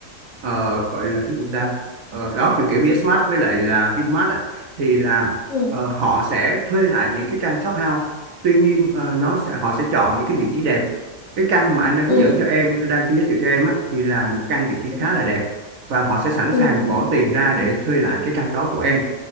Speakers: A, on the right; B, on the left.
A: ờ, gọi là cái gì ta Ờ, đó kiểu kiểu BSmart với lại là Vinmart á, thì là
B: Ừ.
A: ờ, họ sẽ thuê lại những cái căn shop house tuy nhiên ờ, nó sẽ họ sẽ chọn những cái vị trí đẹp cái căn mà anh đang
B: Ừ.
A: hướng dẫn cho em anh đang giới thiệu cho em á, thì là một căn vị trí
B: ừ
A: khá là đẹp và họ sẽ sẵn
B: ừ
A: sàng bỏ tiền ra để thuê lại cái căn đó của em